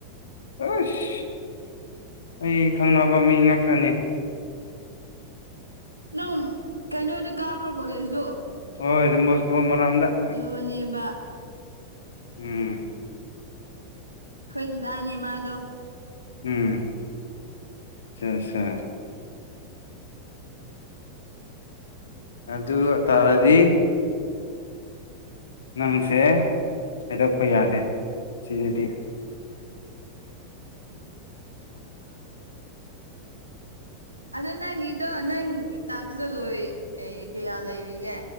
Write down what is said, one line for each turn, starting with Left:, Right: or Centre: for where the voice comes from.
Left: ꯑꯥꯁ ꯑꯩ ꯈꯪꯅꯕ ꯃꯤ ꯉꯥꯛꯇꯅꯤ
Right: ꯅꯪ ꯀꯩꯅꯣꯗꯥ ꯀꯥꯕ꯭ꯔꯥ ꯀꯣꯂꯦꯖꯇꯣ
Left: ꯍꯣꯏ ꯗꯣꯝꯕꯣꯁꯀꯣ ꯃꯔꯥꯝꯗ
Right: ꯑꯗꯨꯅꯦꯕꯥ
Left: ꯎꯝꯝ
Right: ꯑꯩꯈꫭꯏꯒꯤ ꯗꯥꯗꯥꯅꯦ ꯃꯥꯗꯣ
Left: ꯎꯝ ꯑꯆꯥ ꯑꯆꯥ ꯑꯗꯨꯒꯥ ꯇꯔꯗꯤ ꯅꯪꯁꯦ ꯍꯥꯏꯗꯣꯛꯄꯥ ꯌꯥꯗꯦ ꯁꯤꯗꯗꯤ
Right: ꯑꯗꯣ ꯅꯪꯒꯤꯗꯣ ꯅꯪ ꯇꯥꯛꯁꯇꫭ ꯂꯣꯏ ꯀꯌꯥ ꯂꯩꯔꯤꯒꯦ